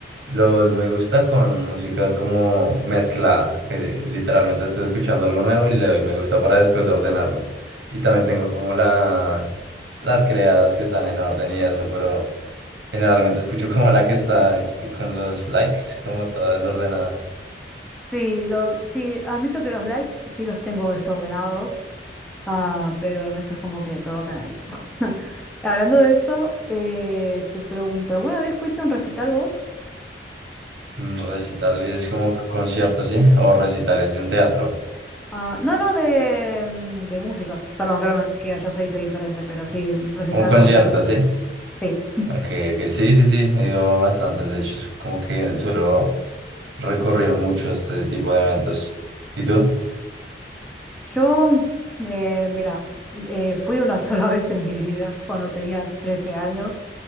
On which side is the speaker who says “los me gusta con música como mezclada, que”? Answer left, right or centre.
Right